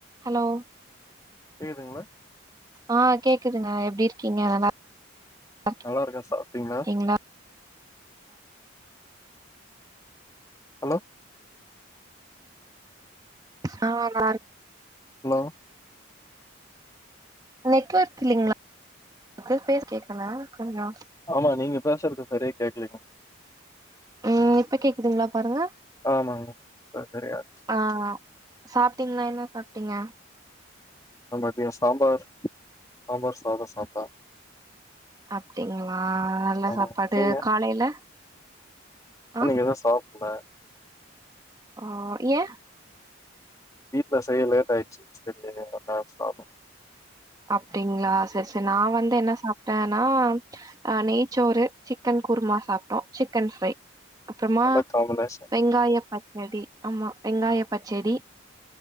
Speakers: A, on the right (about 20°); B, on the left (about 15°).
A: Hello
B: கேக்துங்களா.
A: ஆ கேக்குதுங்க எப்டி இருக்கீங்க நல்லா <inaudible>
B: நல்லா இருக்க. சாப்பிட்டீங்ளா
A: நீங்கெல்லா
B: ஹலோ
A: ச <unintelligible>
B: ஹலோ
A: நெட்வர்க் இல்லேங்களா <inaudible> கு பேஸ் கேக்கல கொஞ்சோ
B: ஆமா நீங்க பேசறது பெரியா கேக்குலீங்கோ
A: உம் இப்ப கேக்குதுங்களா பாருங்க
B: ஆமாங்க இப்ப சரியாருக்
A: ஆ சாப்டீங்களா என்ன சாப்டீங்க
B: நா மதியோ சாம்பார் சாம்பார் சாதோ சாப்ட
A: அப்டிங்களா நல்ல
B: ஆமாங்க
A: சாப்பாடு
B: நீங்க
A: காலையில ஆ
B: இப்பதா சாப்டே
A: ஆ ஏ
B: வீட்ல செய்ய லேட் ஆயிடுச்சு செரி <unintelligible> சாப்ட
A: அப்டீங்களா செரி செரி நா வந்து என்ன சாப்ட் ஆ நா நெய்ச்சோறு சிக்கன் குருமா சாப்ட்டோ சிக்கன் ஃப்ரை அப்றோமா
B: நல்ல காம்பினேஷன்
A: வெங்காய பச்சடி ஆமா வெங்காய பச்சடி